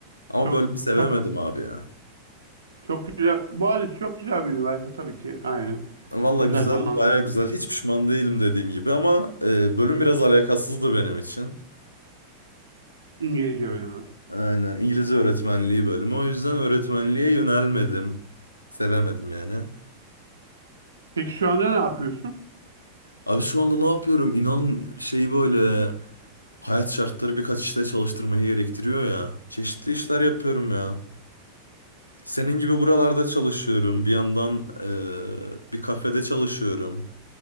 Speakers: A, on the left; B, on the right.
A: Ama
B: Çok
A: bölümü sevemedim
B: çok
A: abi ya.
B: çok güzel. Boğaziçi çok güzel bir üniversite tabii ki. Aynen.
A: Valla
B: Güzel
A: güzel,
B: zamanlar
A: baya güzel. Hiç pişman değilim dediğim gibi ama e, bölüm biraz alakasızdı benim için.
B: İngilizce öğrenimi.
A: Aynen İngilizce öğretmenliği bölümü. O yüzden öğretmenliğe yönelmedim. Sevemedim yani.
B: Peki şu anda ne yapıyorsun?
A: Abi şu anda ne yapıyorum? İnan şey böyle Hayat şartları birkaç işte çalıştırmayı gerektiriyor ya. Çeşitli işler yapıyorum ya. Senin gibi buralarda çalışıyorum. Bir yandan e, bir kafede çalışıyorum.